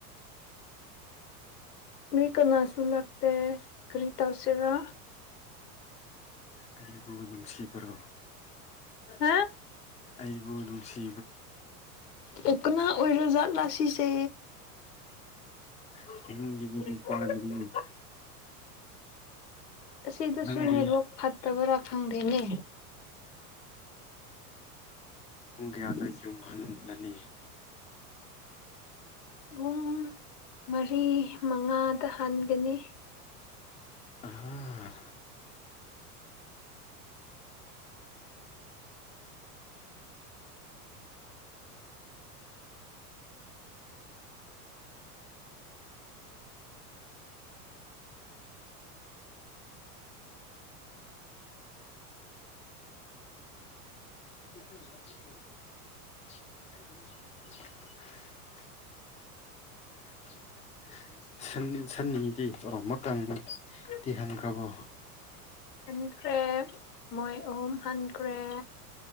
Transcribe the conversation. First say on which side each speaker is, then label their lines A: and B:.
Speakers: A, on the left (about 85°); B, on the left (about 15°).
A: ꯃꯤ ꯀꯅꯥꯁꯨ ꯂꯛꯇꯦ ꯀꯔꯤ ꯇꯧꯁꯤꯔ
B: ꯑꯩꯕꯨ ꯅꯨꯡꯁꯤꯕ꯭ꯔꯣ
A: ꯍꯥ
B: ꯑꯩꯕꯨ ꯅꯨꯡꯁꯤ
A: ꯑꯣ ꯀꯅꯥ ꯑꯣꯏꯔꯖꯠꯂꯥ ꯁꯤꯁꯦ
B: <unintelligible>
A: ꯑꯁꯤꯗꯁꯨ
B: ꯅꯪꯗꯤ
A: ꯅꯦꯠꯋꯥꯛ ꯐꯠꯇꯕ꯭ꯔꯥ ꯈꯪꯗꯦꯅꯦ
B: ꯄꯨꯡ ꯀꯌꯥꯗ ꯌꯨꯝꯍꯜꯂꯅꯤ
A: ꯄꯨꯡ ꯃꯔꯤ ꯃꯉꯥꯗ ꯍꯟꯒꯅꯤ
B: ꯑꯥ <unintelligible> <unintelligible> <unintelligible> ꯁꯟ ꯁꯟꯅꯤꯗꯤ ꯑꯣ ꯃꯀꯪꯗꯤ ꯍꯟꯈꯔ꯭ꯕꯣ
A: ꯍꯟꯈ꯭ꯔꯦ ꯃꯣꯏ ꯑꯍꯨꯝ ꯍꯟꯈ꯭ꯔꯦ